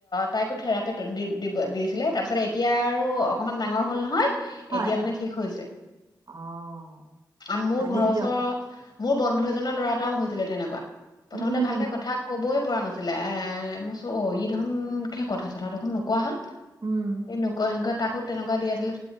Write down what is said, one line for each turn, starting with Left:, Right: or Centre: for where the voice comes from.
Left: তাইকো থেৰাপি দিব দিছিলে তাৰ পিছত এতিয়া আৰু অকনমান ডাঙৰ হ'ল নহয়
Right: হয়।
Left: এতিয়া মানে ঠিক হৈছে
Right: অ'।
Left: আৰু মোৰ
Right: ভালেই
Left: ঘৰৰ ওচৰৰ
Right: দিয়ক
Left: মোৰ বন্ধু এজনৰ ল'ৰা এটাও হৈছিলে তেনেকুৱা প্ৰথমতে
Right: উম
Left: ভালকে কথা ক'বই পৰা নাছিল। আছিল এ মই চ অ ই ধৰন কিয়, কথা চথা দেখোন নোকোৱা হ'ল।
Right: উম
Left: তন কণ ক তাকো তেনেকুৱা দি আছিলে